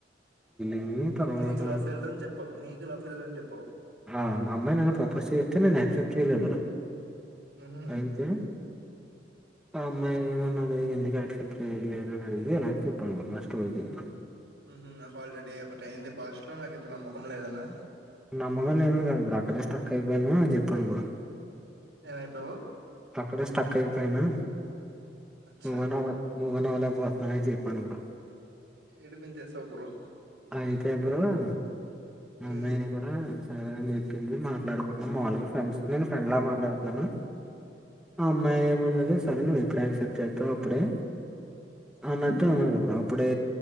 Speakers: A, in the centre; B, on the right.
A: అయ్యి తర్వాత
B: నీకు లవ్ ఫెయిలూర అని చెప్పావ్ నీకు ఫెయిలూర్ అని చెప్పావు
A: ఆ అమ్మాయి నా ప్రపోజ్ చేస్తే నేను యాక్సెప్ట్ చేయ్ లేదు
B: హుహు.
A: అయితే ఆ అమ్మాయి ఏమన్నది ఎందుక చేయలేదు ఇదే నా <unintelligible>
B: హ్మ్ హు నాకు ఆల్రెడీ ఒకటి ఐయ్యింది పాస్ట్ లో నాకు ఇప్పుడు నమ్మకం లేదనా
A: నమ్మగం లేదని కాదు అక్కడే స్టక్ అయిపోయాను అని చెప్ చెప్పను కూడా
B: ఏమైపోయావు
A: అక్కడేస్ టక్ అయిపోయినా
B: అచ్చా!
A: మువ్వన వద్ మూవ్ నోరు నొప్పిబుడుతుంది చెప్పను బ్రో
B: ఏడిపించెసావ్ బ్రో
A: అయితే బ్రో ఆ
B: హ్మ్.
A: అమ్మాయి ని కూడా సరే అని చెప్ సినిమా ట్లాడుకున్నా మాములుగా ఫ్రెండ్స్ నేను ఫ్రెండ్లా మాట్లాడుతున్నాను ఆ అమ్మాయి ఎం అన్నది సరే నువ్వు ఎప్పుడూ యాక్సెప్ట్ చేత్తే అప్పుడే అన్నట్టు అనల్ల బ్రో ప్పుడే